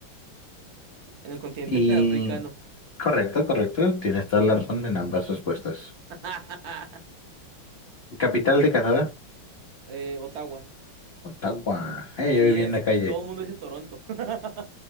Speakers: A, on the right (about 80°); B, on the left (about 60°).
A: en el continente
B: Y...
A: <laughs> africano.
B: Correcto, correcto. Tienes toda la razón en ambas respuestas.
A: <laughs>
B: ¿Capital de Canadá?
A: Eh, Ottawa.
B: Otagua.
A: Así
B: Eh, yo viví
A: es.
B: en la calle.
A: Todo el mundo dice Toronto. <laughs>